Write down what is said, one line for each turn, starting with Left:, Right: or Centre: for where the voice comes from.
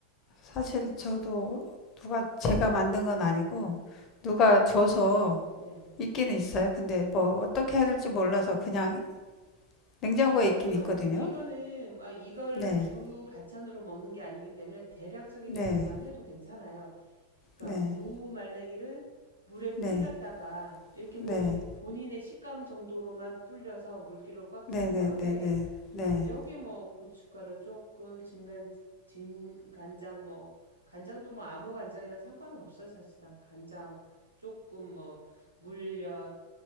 Left: 사실 저도 누가 제가 만든 건 아니고, 누가 줘서
Right: 네.
Left: 있기는 있어요. 근데 뭐 어떻게 해야 될지 몰라서 그냥 냉장고에
Right: 이,
Left: 있긴
Right: 어,
Left: 있거든요.
Right: 네. 이거는 막 이걸
Left: 네,
Right: 주 반찬으로 먹는 게 아니기 때문에 대략적인
Left: 네,
Right: 양념만 해도 괜찮아요. 그러니까
Left: 네,
Right: 무말랭이를 물에
Left: 네,
Right: 불렸다가 이렇게
Left: 네,
Right: 보면 본인의 식감 정도로만 불려서 물기를 꽉
Left: 네,
Right: 짠
Left: 네,
Right: 다음에
Left: 네, 네, 네,
Right: 여기에 뭐 고춧가루 조금, 진간, 진간장 뭐 간장도 뭐 아무 간장이랑 상관은 없어요, 사실상. 간장 조금 뭐 물엿,